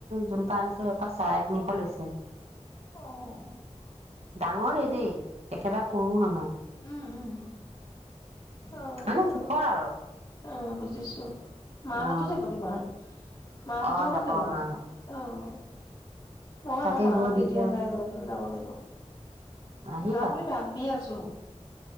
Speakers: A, on the right; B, on the left.
A: যোনপা আনিছো সেইপা চাৰে তিনিশ লৈছে।
B: অহ
A: ডাঙৰে দেই একেবাৰে সৰু নহয়।
B: উম উম। অ'
A: মানে জোখৰ আৰু।
B: অ বুজিছো। মাহঁতো
A: অ',
B: যাব তোমাৰ মাহঁতৰ
A: অ',
B: লগত
A: যাব
B: যাবা‌।অহ
A: মাহঁত
B: মই আমাৰ
A: তাকে
B: মাহত
A: গৈ দি
B: কেতিয়া
A: থৈ আহিম
B: যাই যানো যাব লাগিব
A: আহিবা
B: যাম বুলি ভাবি ছু